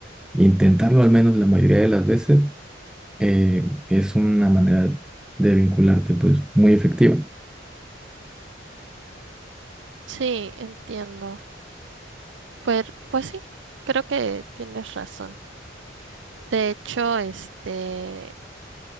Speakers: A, in the centre; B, on the right (about 70°).
A: intentarlo al menos la mayoría de las veces eh, es una manera de vincularte pues muy efectiva.
B: Sí, entiendo. Pues, pues sí, creo que tienes razón. De hecho, este,